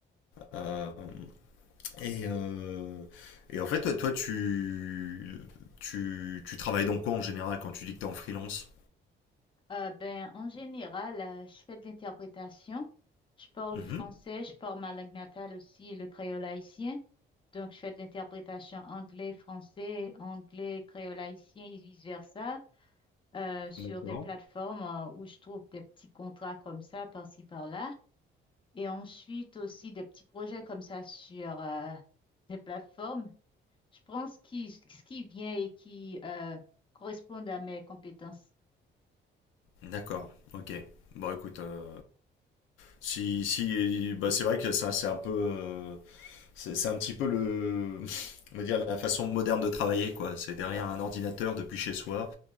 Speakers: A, on the left (about 85°); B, on the left (about 25°).
A: Euh, et, euh, et en fait, toi, toi, tu, tu, tu travailles dans quoi en général quand tu dis que tu es en freelance?
B: Euh, ben, en général, euh, je fais de l'interprétation. Je parle
A: Mhm.
B: français, je parle ma langue natale aussi, le créole haïtien. Donc, je fais de l'interprétation anglais-français, anglais-créole-haïtien et vice-versa euh, sur
A: D'accord.
B: des plateformes euh, où je trouve des petits contrats comme ça, par-ci, par-là. Et ensuite aussi des petits projets comme ça sur euh, des plateformes. Je prends ce qui, ce qui vient et qui euh, correspond à mes compétences.
A: D'accord, ok. Bon, écoute, euh, si, si, bah, c'est vrai que ça, c'est un peu, euh, c'est c'est un petit peu le, <laughs> on va dire la façon moderne de travailler, quoi. C'est derrière un ordinateur depuis chez soi.